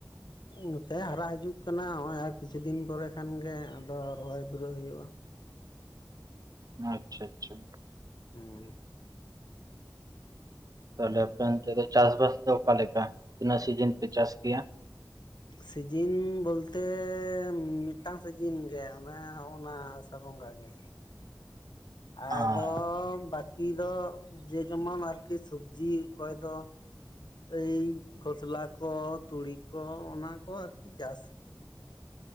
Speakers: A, on the left; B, on the right.
A: ᱱᱚᱛᱮ ᱦᱟᱨᱟᱜ ᱦᱤᱡᱩᱜ ᱠᱟᱱᱟ ᱱᱚᱜ ᱟᱨ ᱠᱤᱪᱷᱩ ᱫᱤᱱ ᱯᱚᱨᱮ ᱠᱷᱟᱱ ᱜᱤ ᱟᱫᱚ ᱨᱚᱦᱚᱭ ᱵᱩᱨᱟᱹᱜ ᱦᱩᱭᱩᱜᱼᱟ᱾
B: ᱟᱪᱪᱷᱟ ᱟᱪᱪᱷᱟ
A: ᱦᱩᱸ
B: ᱛᱟᱦᱞᱮ ᱟᱯᱮ ᱚᱱᱛᱮ ᱫᱚ ᱪᱟᱥᱵᱟᱥ ᱫᱚ ᱚᱠᱟ ᱞᱮᱠᱟ ᱛᱤᱱᱟᱹᱜ ᱥᱤᱡᱤᱱ ᱯᱮ ᱪᱟᱥ ᱜᱮᱭᱟ?
A: ᱥᱤᱡᱤᱱ ᱵᱚᱞᱛᱮ ᱢᱤᱫᱴᱟᱝ ᱥᱤᱡᱤᱱ ᱜᱮ ᱚᱱᱟᱚᱱᱮ ᱦᱚᱜᱼ ᱱᱟ ᱟᱥᱟᱲ ᱵᱚᱸᱜᱟ ᱜᱮ᱾ ᱟᱫᱚ
B: ᱟᱨ
A: ᱵᱟᱠᱤ ᱫᱚ ᱡᱮ ᱡᱮᱢᱚᱱ ᱟᱨᱠᱤ ᱥᱚᱵᱡᱤ ᱚᱠᱚᱭ ᱫᱚ ᱮᱭ ᱠᱷᱚᱥᱞᱟ ᱠᱚ ᱛᱩᱲᱤ ᱠᱚ ᱚᱱᱟ ᱠᱚ ᱟᱨᱠᱤ ᱪᱟᱥ